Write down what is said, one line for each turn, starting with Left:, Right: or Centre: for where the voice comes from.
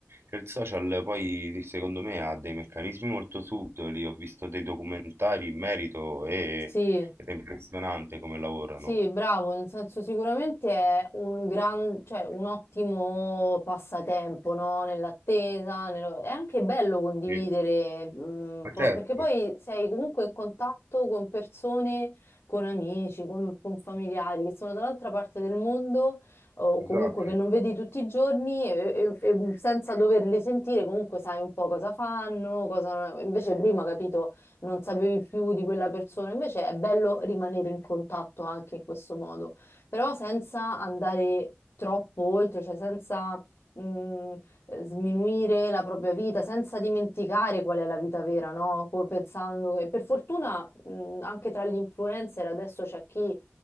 Right: Cioè, il social poi secondo me ha dei meccanismi molto subdoli, ho visto dei documentari in merito e,
Left: sì,
Right: ed è impressionante come lavorano.
Left: Sì, bravo, nel senso sicuramente è un gran, cioè un ottimo passatempo, no? Nell'attesa, nello- è anche bello condividere,
Right: Sì.
Left: mh,
Right: Ma
Left: co-
Right: certo.
Left: perché poi sei comunque in contatto con persone, con amici, con, con familiari che sono dall'altra parte del mondo o
Right: Esatto,
Left: comunque che non vedi tutti i giorni e, e- e mhmm, senza doverli sentire comunque sai un po' cosa fanno, cosa... Invece prima, capito? non sapevi più di quella persona. Invece è bello rimanere in contatto anche in questo modo, però senza andare troppo oltre, cioè senza mh, eh, sminuire la propria vita, senza dimenticare qual è la vita vera, no? Co- pensando che per fortuna mh, anche tra gli influencer adesso c'è chi